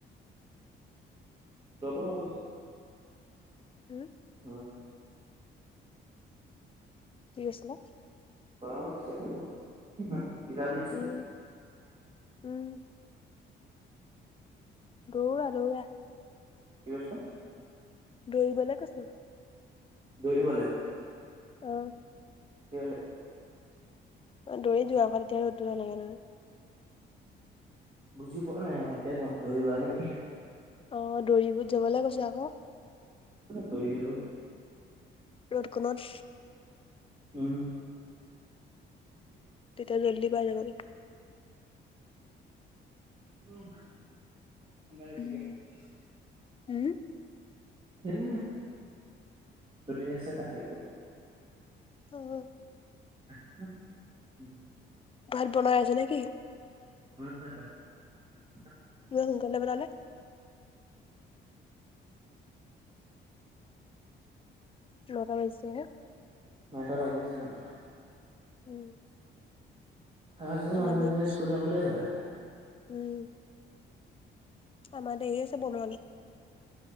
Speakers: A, on the right; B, on the left.
A: ৰ'ব ৰ'ব!
B: হুম!
A: <inaudible>
B: কি কৈছিলা
A: গৰম উঠিছে বহুত
B: উম
A: <inaudible>
B: উম দৌৰা দৌৰা।
A: কি বস্তু?
B: দৌৰিবলে কৈছোঁ।
A: দৌৰিবলে।
B: অহ।
A: কি হলে?
B: অ দৌৰি যোৱা আকৌ তেতিয়া ৰদটো নালাগে নহয়।
A: বুজি পোৱা নাই ভালকে কোৱা দৌৰিবা নেকি?
B: অ দৌৰিব যাবলে কৈছো আকৌ।
A: তই হ
B: ৰড কনত।
A: উম।
B: তেতিয়া জল্দি পাই যাবা গে।
A: <inaudible>
B: উম উম।
A: উম যি আছে তাকে কৰোঁ।
B: অহ।
A: <inaudible>
B: ভাত বনাই আছে নেকি?
A: <inaudible>
B: ইমান সোনকালে বনালে? নটা বাজিছে হে।
A: নটা বাজিছে অহ।
B: উম।
A: আগতেটো
B: আমাৰ
A: নটা বাজিলে
B: দেৰি
A: স্কুল যাবলে হয়।
B: উম আমাৰ দেৰি আছে বনুৱালে।